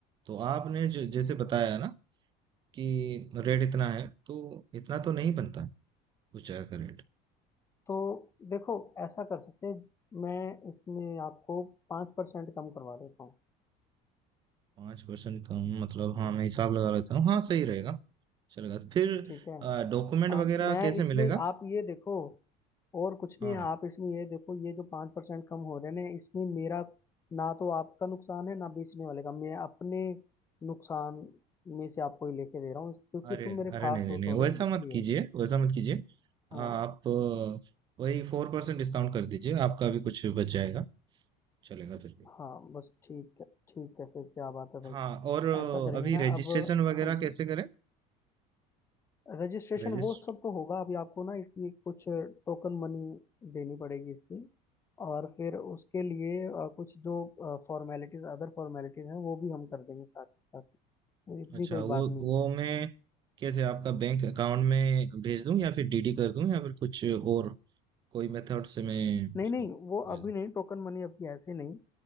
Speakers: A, on the right (about 25°); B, on the left (about 15°).
A: तो आपने जो जैसे बताया ना कि रेट इतना है तो इतना तो नहीं बनता उस जगह का रेट
B: तो देखो ऐसा कर सकते हैं मैं इसमें आपको पाँच परसेंट कम करवा देता हूँ
A: पाँच परसेंट कम मतलब हाँ
B: ठीक
A: मैं हिसाब लगा लेता हूँ हाँ सही रहेगा चलेगा फिर
B: ठीक है
A: डॉक्यूमेंट वगैरह
B: और मैं
A: कैसे
B: इसमें
A: मिलेगा
B: आप ये देखो और कुछ
A: हाँ
B: नहीं है
A: हाँ,
B: आप इसमें ये देखो ये जो पाँच परसेंट कम हो रहे हैं इसमें मेरा ना तो आपका नुकसान है ना बेचने वाले का मैं अपने नुकसान में से आपको ही लेके दे रहा हूँ क्योंकि
A: अरे
B: तुम मेरे
A: अरे
B: खास
A: नहीं नहीं
B: हो
A: नहीं
B: थोड़े
A: वैसा
B: इसलिए
A: मत कीजिए वैसा मत कीजिए
B: हाँ
A: आ, आप आ, वही फोर परसेंट डिस्काउंट कर दीजिए आपका भी कुछ बच जाएगा चलेगा फिर भी
B: हाँ बस ठीक है ठीक है फिर क्या बात है भाई
A: हाँ और आ,
B: ऐसा करेंगे
A: अभी
B: ना
A: रजिस्ट्रेशन
B: अब
A: वगैरह
B: हाँ जी
A: कैसे करें
B: रजिस्ट्रेशन
A: रजिस्ट
B: वो सब तो होगा अभी आपको ना इसकी कुछ टोकन मनी देनी पड़ेगी इसकी और फिर उसके लिए अ, कुछ जो फॉर्मेलिटीज अदर फॉर्मेलिटीज हैं वो भी हम कर देंगे साथ साथ तो इतनी
A: अच्छा
B: कोई
A: वो
B: बात नहीं
A: वो
B: है
A: मैं कैसे आपका बैंक अकाउंट में भेज दूं या फिर डीडी कर दूं या फिर कुछ और कोई मेथड से मैं
B: नहीं
A: उसको
B: नहीं
A: भेज
B: वो अभी
A: दूं
B: नहीं टोकन मनी अभी ऐसे नहीं